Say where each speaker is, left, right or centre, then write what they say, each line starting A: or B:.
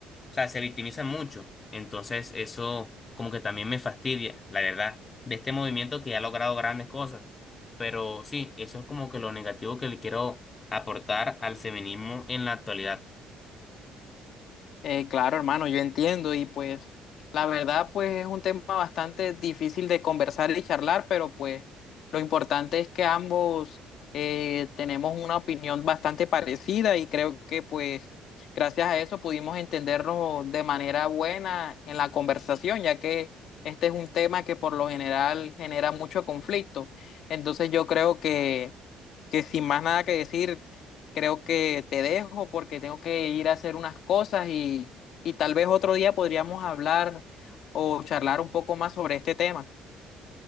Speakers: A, on the left (about 30°); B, on the left (about 65°).
A: o sea, se victimizan mucho. Entonces, eso como que también me fastidia, la verdad, de este movimiento que ha logrado grandes cosas. Pero sí, eso es como que lo negativo que le quiero aportar al feminismo en la actualidad.
B: Eh, claro, hermano, yo entiendo y pues la verdad pues es un tema bastante difícil de conversar y charlar, pero pues lo importante es que ambos eh, tenemos una opinión bastante parecida y creo que pues gracias a eso pudimos entendernos de manera buena en la conversación, ya que este es un tema que por lo general genera mucho conflicto. Entonces yo creo que, que sin más nada que decir, creo que te dejo porque tengo que ir a hacer unas cosas y, y tal vez otro día podríamos hablar o charlar un poco más sobre este tema.